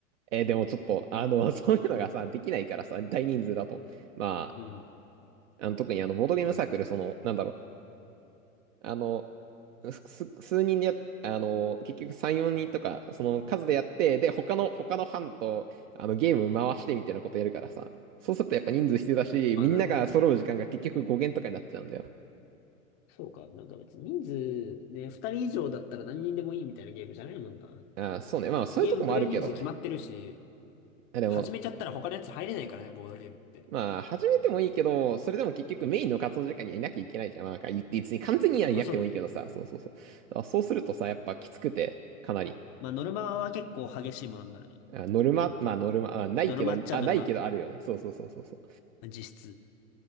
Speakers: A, on the right; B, on the left.
A: えーでもちょっと、あの、<laughs> そういうのがさ、できないからさ、大人数だと。ま
B: うん。
A: あ、あの、特にあの、ボードゲームサークル、その、なんだろう、あの、すす数人でやっ、あの、結局3、4人とか、その数でやって、で、他の、他の班と、あの、ゲーム回してみたいなことやるからさ、そうするとやっぱ人数必要だし、
B: あ、
A: みんなが揃う時間が結局5限とかになっちゃうんだよ。
B: なるほど。そうか。なんか別に人数ね、二人以上だったら何人でもいいみたいなゲームじゃないもんな。
A: あー、そうね。まあ、そういうとこもあるけどね。
B: ゲームプレイ人数決まってるし、
A: あでも、
B: 始めちゃったら他のやつ入れないからね、ボードゲームって。
A: まあ、始めてもいいけど、それでも結局メインの活動時間にはいなきゃいけないじゃん。
B: うん。
A: まあ、か言って別に完全にはいなくてもいいけどさ、
B: まあそうだね。
A: そうそうそう。だからそうするとさ、やっぱきつくて、かなり。
B: まあノルマは結構激しいものになるね。
A: あ、ノルマ、まあノルマ、あ、ないけど、
B: ノルマっちゃノルマ。
A: あ、ないけどあるよね。そうそうそうそうそう。
B: 実質。